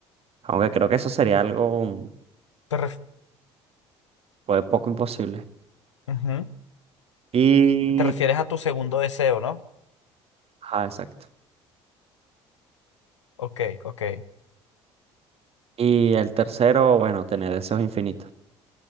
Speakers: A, on the right; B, on the left.
A: Aunque creo que eso sería algo mm,
B: Te ref-
A: pues, poco imposible.
B: ujú.
A: Y,
B: Te refieres a tu segundo deseo, ¿no?
A: ah, exacto.
B: Ok, ok.
A: Y el tercero, bueno, tener deseos infinitos,